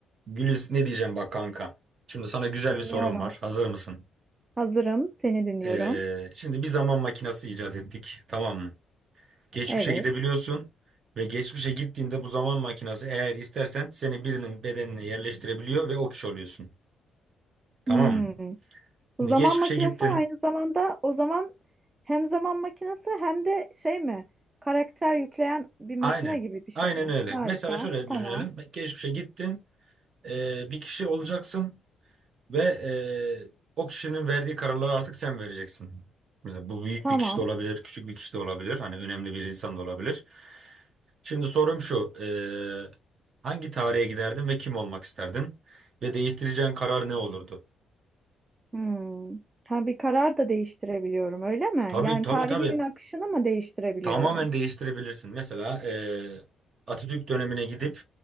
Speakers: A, on the right; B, on the right.
A: Güliz ne diyeceğim bak kanka. Şimdi sana güzel
B: Dinliyorum.
A: bir sorum var. Hazır mısın?
B: Hazırım. Seni dinliyorum.
A: Ee, şimdi bir zaman makinesi icat ettik. Tamam mı? Geçmişe
B: Evet.
A: gidebiliyorsun ve geçmişe gittiğinde bu zaman makinesi eğer istersen seni birinin bedenine yerleştirebiliyor ve o kişi oluyorsun. Tamam
B: Hmm.
A: mı?
B: Bu
A: Şimdi
B: zaman
A: geçmişe
B: makinesi
A: gittin.
B: aynı zamanda o zaman hem zaman makinesi hem de şey mi? Karakter yükleyen bir makine
A: Aynen.
B: gibi bir şey
A: Aynen
B: mi?
A: öyle.
B: Harika.
A: Mesela şöyle
B: Tamam.
A: düşünelim. Geçmişe gittin. ee, bir kişi olacaksın. Ve eee, o kişinin verdiği kararları artık sen vereceksin. Mesela bu büyük
B: Tamam.
A: bir kişi de olabilir, küçük bir kişi de olabilir. Hani önemli bir insan da olabilir. Şimdi sorum şu. eee, hangi tarihe giderdin ve kim olmak isterdin? Ve değiştireceğin karar ne olurdu?
B: Hmm. Ha, bir karar da değiştirebiliyorum, öyle mi?
A: Tabii
B: Yani
A: tabii
B: tarihin
A: tabii.
B: akışını mı değiştirebiliyorum?
A: Tamamen değiştirebilirsin. Mesela eee, Atatürk dönemine gidip